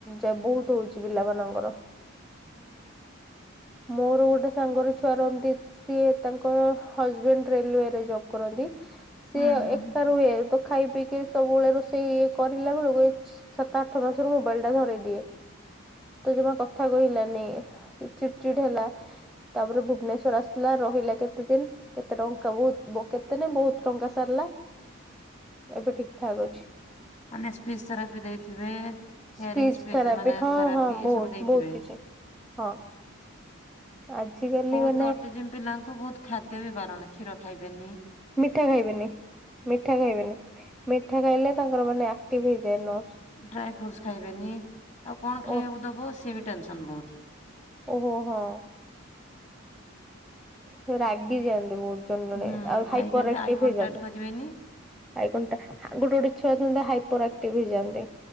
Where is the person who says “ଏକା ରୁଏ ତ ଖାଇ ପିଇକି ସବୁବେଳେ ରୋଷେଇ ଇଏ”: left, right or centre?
Centre